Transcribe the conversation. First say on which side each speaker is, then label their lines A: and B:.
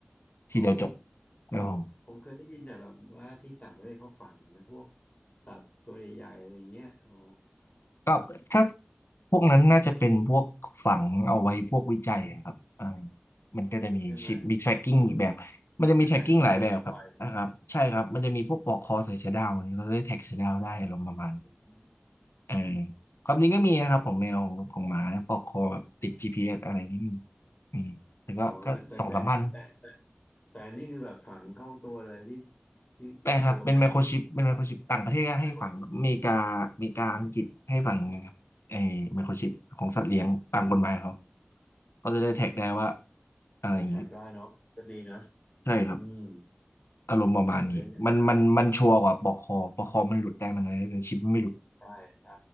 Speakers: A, on the left; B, on the left.
A: ทีเดียวจบ
B: อ๋อ
A: ครับผม
B: ผมเคยได้ยินแต่แบบว่าที่ต่างประเทศเขาฝังในพวกสัตว์ตัวใหญ่ๆอะไรเงี้ยอ๋อ
A: ก็ถ้าพวกนั้นน่าจะเป็นพวกฝังเอาไว้พวกวิจัยอะครับอ่ามันก็จะมีชิปมี
B: ใช่ไหม
A: tracking อีกแบบมันจะมี
B: ไปขัดกิ้งเวลาปล่อย
A: tracking หลายแบบครับนะครับใช่ครับมันจะมีพวกปลอกคอใส่เสือดาวอะไรเราได้แท็กเสือดาวได้อารมณ์ประมาณนี้
B: อืมอื
A: เออ
B: ม
A: ความจริงก็มีนะครับของแมวของของหมาปลอกคอแบบติด
B: อ๋อ
A: GPS อสอะไรอย่างนี้มีมีแต่ก็ก็สองสามพัน
B: อ๋อแต่แต่แต่แต่แต่แต่แต่อันนี่คือแบบฝังเข้าตัวเลยที่ที่ที่ตัวแมว
A: แปลครับเป็นไมโครชิปเป็นไมโครชิปต่างประเทศก็ให้ฝังอเมริกาอเมริกาอังกฤษให้ฝัง
B: ไมโครชิป
A: ไอ้ไมโครชิปของสัตว์เลี้ยงตามกฎหมายเขา
B: อ๋อใช่อ๋อ
A: กาจะได้แท็กได้ว่า
B: อ๋อ
A: อะไรอย่างนี้
B: จะแท็กได้เนาะก็ดีนะ
A: ใช่ครับ
B: อืม
A: อารมณ์ประมาณนี้มันมันมันชัวร์กว่าปอกคอปอกคอมันหลุดได้มันอะไรแต่ชิปมันไม่หลุด
B: โหเลี้ยงในบ้านเลย ใช่ใช่